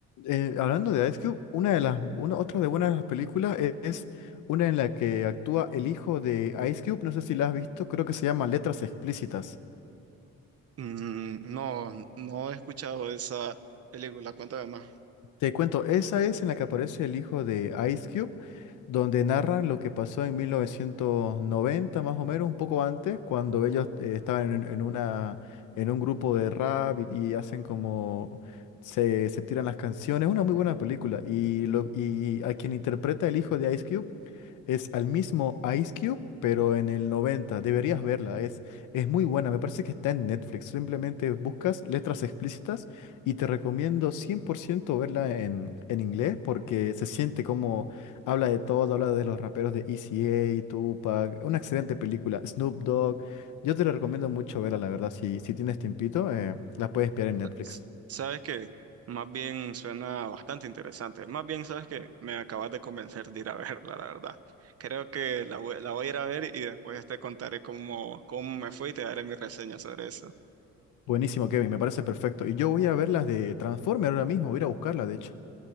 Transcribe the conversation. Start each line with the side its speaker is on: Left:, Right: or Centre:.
Left: Eh, hablando de Ice Cube, una de las, una, otra de buenas películas e- es, una en la que actúa el hijo de Ice Cube, no sé si la has visto, creo que se llama Letras Explícitas.
Right: Mm, no, no he escuchado esa película. Cuéntame más.
Left: Te cuento, esa es en la que aparece el hijo de Ice Cube, donde narran lo que pasó en 1990, más o menos, un poco antes, cuando ellos eh, estaban en, en una, en un grupo de rap y, y hacen como se, se tiran las canciones. Una muy buena película. Y, lo, y a quien interpreta el hijo de Ice Cube es al mismo Ice Cube, pero en el 90. Deberías verla, es, es muy buena. Me parece que está en Netflix. Simplemente buscas letras explícitas y te recomiendo 100% verla en, en inglés porque se siente como habla de todo, habla de los raperos de ECA, Tupac, una excelente película, Snoop Dogg. Yo te la recomiendo mucho verla, la verdad. Si, si tienes tiempito, eh, la puedes pillar en Netflix.
Right: S- ¿Sabes qué? Más bien suena bastante interesante. Más bien, ¿sabes qué? Me acabas de convencer de ir a <laughs> verla, la verdad. Creo que la voy, la voy a ir a ver y después te contaré cómo, cómo me fue y te daré mi reseña sobre eso.
Left: Buenísimo, Kevin, me parece perfecto. Y yo voy a ver las de Transformer ahora mismo, voy a ir a buscarla, de hecho.